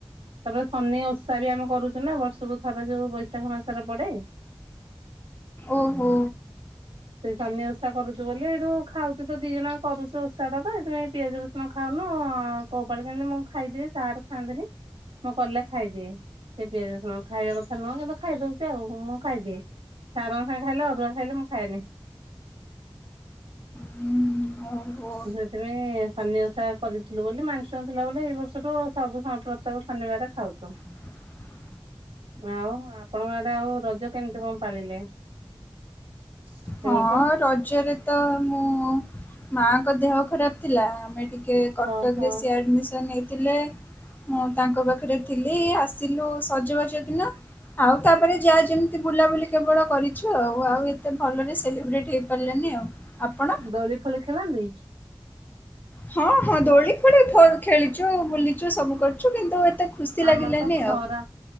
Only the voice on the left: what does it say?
ଓହୋ।
ହୁଁ, ଓହୋ
<unintelligible>
ହଁ
ରଜରେ ତ ମୁଁ, ମାଙ୍କ ଦେହ ଖରାପ ଥିଲା ଆମେ ଟିକେ ଟିକେ କଟକରେ
ସିଏ ଆଡମିସନ୍ ହେଇ ଥିଲେ ମୁଁ ତାଙ୍କ ପାଖରେ ଥିଲି ଆସିଲୁ ସଜବାଜ ଦିନ ଆଉ ତାପରେ ଯାଆ ଯେମିତି ବୁଲାବୁଲି କେବଳ କରିଛୁ ଆଉ ଆଉ ଏତେ ଭଲରେ ସେଲିବ୍ରେଟ୍ ହେଇପାରିଲାନି ଆଉ ଆପଣ?
ହଁ ହଁ ଦୋଳି ଫୋଳି ଖେଳିଛୁ ବୁଲିଛୁ ସବୁ କରୁଛୁ କିନ୍ତୁ ଏତେ ଖୁସି
ଲାଗିଲାନି
ଆଉ